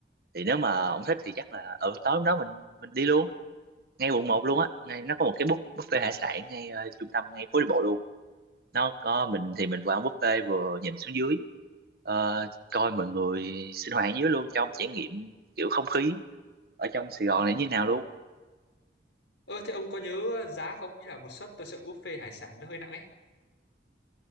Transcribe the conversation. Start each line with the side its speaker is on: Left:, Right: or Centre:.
Right: thì nếu mà
Left: Ừ.
Right: ông thích thì chắc là ở tối hôm đó mình mình đi luôn ngay quận một luôn á ngay nó có một cái bu- buffet hải sản ngay ờ, trung tâm ngay phố đi bộ luôn nó có mình thì mình qua ăn buffet vừa nhìn xuống dưới ờ, coi mọi người sinh hoạt dưới luôn cho ông trải nghiệm kiểu không khí ở trong Sài Gòn
Left: Ờ,
Right: này như thế nào luôn
Left: Ơ, thế ông có nhớ giá không? Ý là một suất tôi sợ buffet hải sản nó hơi nặng ấy.